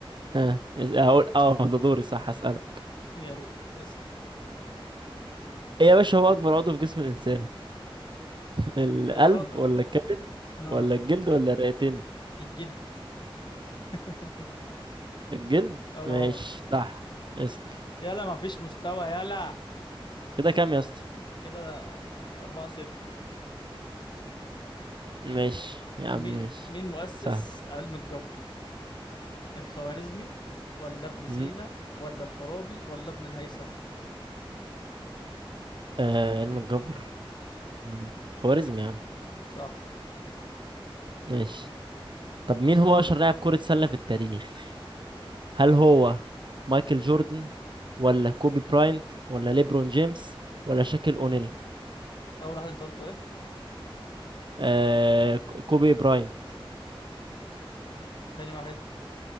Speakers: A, on the right; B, on the left.
A: ها هقول اه ده دوري صح أسأل
B: يلا اسأل
A: إيه يا باشا هو اكبر عضو في جسم الانسان <laughs> القلب
B: خياراتك
A: ولا الكبد
B: ها
A: ولا الجلد ولا الرئتين
B: الجلد <laughs>
A: الجلد
B: اه
A: ماشي صح اسأل
B: يلا ما فيش مستوى يلا
A: كده كام يا اسطى
B: كده أربعة صفر
A: ماشي يا
B: مين
A: عم ماشي
B: مين مؤسس
A: سهل
B: علم الجبر الخوارزمي ولا ابن سينا
A: مم.
B: ولا الفارابي ولا ابن الهيثم
A: آه علم الجبر مم. خوارزمي يا عم
B: صح
A: ماشي طب مين هو اشهر لاعب كرة سلة في التاريخ هل هو مايكل جوردن ولا كوبي براينت ولا ليبرون جيمس ولا شاكيل اونيل
B: أول واحد أنت قلته إيه
A: آه ك- كوبي براينت
B: تاني واحد